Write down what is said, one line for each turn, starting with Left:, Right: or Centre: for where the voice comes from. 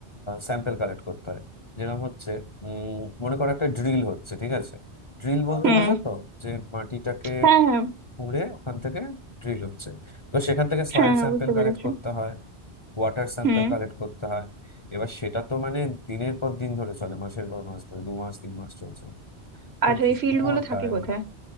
Left: স্যাম্পল কালেক্ট করতে হয় যেরকম হচ্ছে উম, মনে করো একটা ড্রিল হচ্ছে ঠিক আছে ড্রিল বলতে
Right: হুম
Left: বোঝো তো যে মাটিটাকে
Right: হ্যাঁ হ্যাঁ
Left: খুঁড়ে ওখান থেকে ড্রিল হচ্ছে তো সেখান থেকে সয়েল
Right: হ্যাঁ হ্যাঁ
Left: স্যাম্পল
Right: বুঝতে পেরেছি
Left: কালেক্ট করতে হয় ওয়াটার স্যাম্পল
Right: হুম
Left: কালেক্ট করতে হয় এবার সেটা তো মানে দিনের পর দিন ধরে চলে মাসের পর মাস ধরে দু মাস তিন মাস চলছে তো
Right: আর
Left: ভীষণ
Right: এই ফিল্ড গুলো থাকে
Left: টায়ারিং
Right: কোথায়